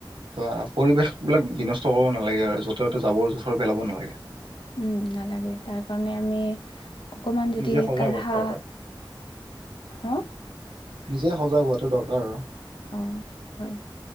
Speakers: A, on the right; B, on the left.
A: অঁ পৰিৱেশবিলাক বিনষ্ট কৰিব নালাগে আৰু য'তে-ত'তে জাবৰ-জোথৰ পেলাব নালাগে।
B: উম, নালাগে। তাৰ কাৰণে আমি- অকমান
A: নিজে
B: যদি
A: সজাগ
B: কাঢ়া,
A: হোৱাটো দৰকাৰ
B: হঁ?
A: নিজেই সজাগ হোৱাটো দৰকাৰ আৰু।
B: অঁ হয়।